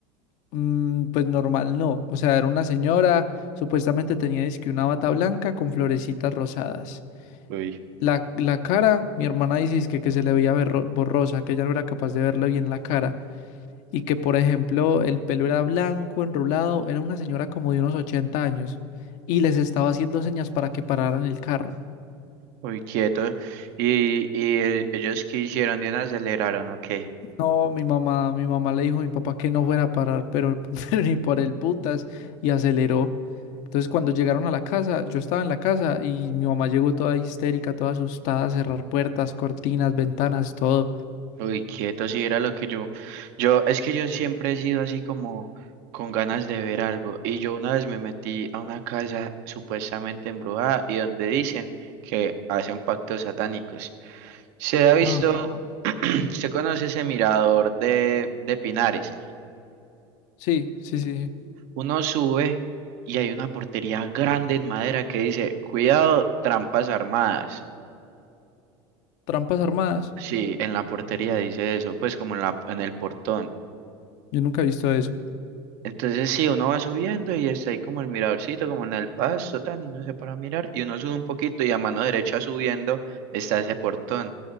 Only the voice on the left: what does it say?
mm, pues normal no. O sea, era una señora, supuestamente tenía dizque una bata blanca con florecitas rosadas.
La, la cara, mi hermana dice dizque que se le veía berro- borrosa, que ella no era capaz de verle bien la cara. Y que, por ejemplo, el pelo era blanco, enrulado, era una señora como de unos 80 años. Y les estaba haciendo señas para que pararan el carro.
No, mi mamá, mi mamá le dijo a mi papá que no fuera a parar, pero, <laughs> pero ni por el putas, y aceleró. Entonces cuando llegaron a la casa, yo estaba en la casa y mi mamá llegó toda histérica, toda asustada, a cerrar puertas, cortinas, ventanas, todo.
Ajá.
Sí, sí, sí. sí.
Trampas armadas.
Yo nunca he visto eso.